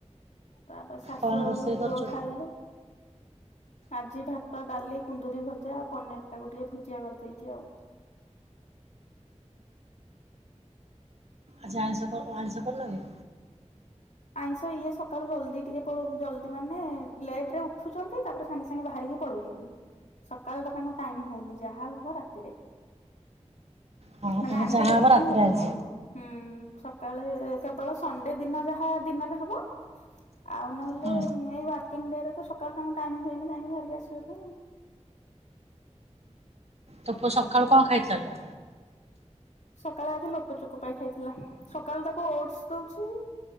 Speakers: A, on the left; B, on the right.
A: ତାପରେ ଶାଶୁ
B: କଣ
A: ଆଉ
B: ରୋଷେଇ
A: ପୁଅ
B: କରୁଛୁ?
A: ଖାଇଲେ। ଆଜି ଭାତ, ଡାଲି, କୁନ୍ଦୁରି ଭଜା, ପନିର ତାକୁ ଟିକେ ଭୁଜିଆ କରିଦେଇଛି ଆଉ।
B: ଆଜି ଆଇଁଷ କରିନୁ ଆଇଁଷ କରିନ କି?
A: ଆଇଁଷ ଇଏ ସକାଳୁ ଜଲ୍ଦି ଟିକେ ପ ଜଲଦି ମାନେ ଲେଟ ରେ ଉଠୁଛନ୍ତି ତାପରେ ସାଙ୍ଗେ ସାଙ୍ଗେ ବାହାରିକି ପଳଉଛନ୍ତି ସକାଳ ଟା ତାଙ୍କୁ ଟାଇମ ହଉନି ଯାହା ହବ ରାତିରେ।
B: ହଁ
A: ମାନେ
B: ତମର
A: ଆଣିକି
B: ଯାହା
A: ଦେବା
B: ହବ ରାତିରେ
A: ପାଇଁ ସକାଳେ
B: ଆଇଁଷ।
A: ଟାଇମ ହବ ହୁଁ ସକାଳେ କେବଳ ସଣ୍ଡେ ଦିନ ଯାହା ହଁ ଦିନରେ ହବ ଆଉ ନହେଲେ
B: ହଁ
A: ଏଇ ୱାର୍କିଂ ଡ଼େ ରେ ତ ସକାଳୁ ତାଙ୍କୁ ଟାଇମ ହୁଏନି ଯାଇକି ଧରିକି ଆସିବା ପାଇଁ।
B: ତ ପୁଅ ସଖାଳୁ କଣ ଖାଇଥିଲା ଲୋ?
A: ସକାଳେ ଆଜି ଲୋଟ ଚୋକ ପାଇ ଖାଇଥିଲା ସକାଳୁ ତାକୁ ଓଟସ ଦଉଛି।